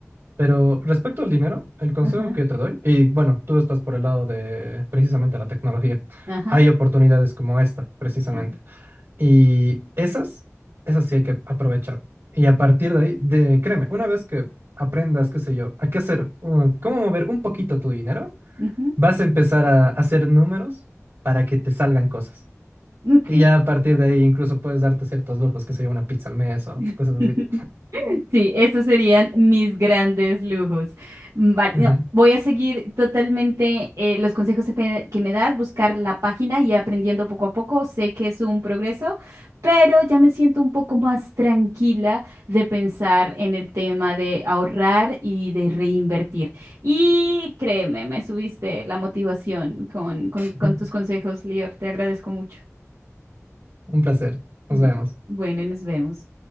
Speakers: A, on the right; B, on the right.
A: pero respecto al dinero, el consejo
B: Ajá,
A: que yo te doy, y bueno, tú estás por el lado de precisamente la tecnología,
B: ajá.
A: hay oportunidades como esta, precisamente.
B: Sí.
A: Y esas, esas sí hay que aprovechar. Y a partir de ahí, de, créeme, una vez que aprendas, qué sé yo, a qué hacer, uh, cómo mover un poquito tu dinero,
B: ujú,
A: vas a empezar a hacer números para que te salgan cosas.
B: ok.
A: Y ya a partir de ahí incluso puedes darte ciertos lujos, qué sé yo, una pizza al mes o
B: <laughs>
A: cosas así.
B: Sí, esos serían mis grandes lujos. Vale,
A: <laughs> Ujú.
B: no, voy a seguir totalmente eh, los consejos que me, que me das, buscar la página y aprendiendo poco a poco. Sé que es un progreso, pero ya me siento un poco más tranquila de pensar en el tema de ahorrar y de reinvertir. Y créeme, me subiste la motivación con, con,
A: <laughs>
B: con tus consejos, Lior. Te agradezco mucho.
A: Un placer. Nos
B: Mm,
A: vemos.
B: Bueno, nos vemos.